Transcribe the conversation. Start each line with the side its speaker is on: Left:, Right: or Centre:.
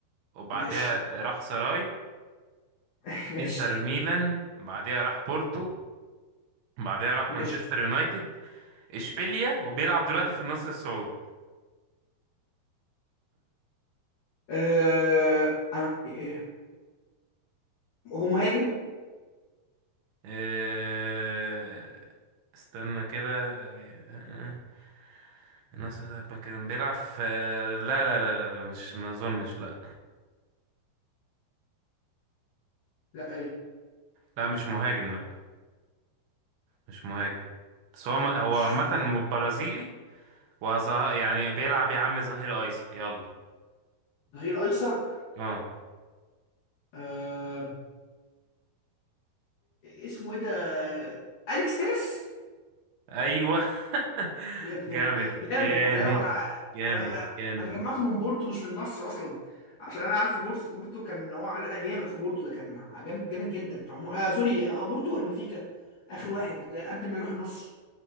Right: وبعدها
Left: ماشي
Right: راح سراي
Left: <laughs> ماشي
Right: انتر ميلان بعدها راح بورتو بعدها راح
Left: ماشي
Right: مانشستر يونايتد اشبيليا وبيلعب دلوقتي في النصر السعودي
Left: أه... أنا- إيه، هو مهاجم
Right: آه، استنى كده آه، النصر السعودي كان بيلعب في لا لا لا لا لا، مش ما اظنش لا
Left: لا ايه
Right: لا مش مهاجم لا مش مهاجم بس هو هو
Left: مش
Right: عامة
Left: مهاجم.
Right: برازيلي وظه... يعني بيلعب يا عم ظهير ايسر يلا
Left: ظهير ايسر
Right: اه
Left: أه... اسمه ايه ده اليكس تيريس
Right: ايوه <laughs>
Left: جامد
Right: جامد
Left: جامد
Right: جامد
Left: ده وانا
Right: جامد
Left: انا
Right: جامد
Left: انا جمعته من بورتو مش من النصر اصلا عشان انا عارف بورتو بورتو كان هو عامل اداء جامد في بورتو ده كان جامد جامد جدا عمو- آه سوري آه بورتو ولا بنفيكا اخر واحد لا قبل ما يروح النصر